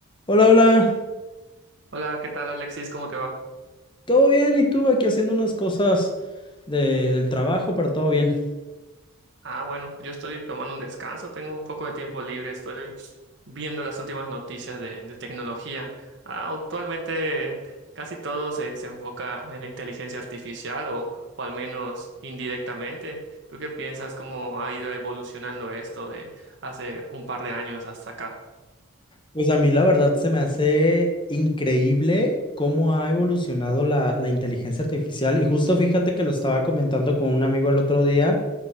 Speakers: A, on the left; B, on the right.
A: Hola, hola,
B: Hola, ¿qué tal Alexis? ¿Cómo te va?
A: ¿todo bien? ¿Y tú aquí haciendo unas cosas de- del trabajo, pero todo bien?
B: Ah, bueno, yo estoy tomando un descanso, tengo un poco de tiempo libre, estoy viendo las últimas noticias de, de tecnología. Ah, actualmente casi todo se, se enfoca en la inteligencia artificial o, o al menos indirectamente. ¿Tú qué piensas cómo ha ido evolucionando esto de hace un par de años hasta acá?
A: Pues a mí la verdad se me hace increíble cómo ha evolucionado la, la inteligencia artificial y justo fíjate que lo estaba comentando con un amigo el otro día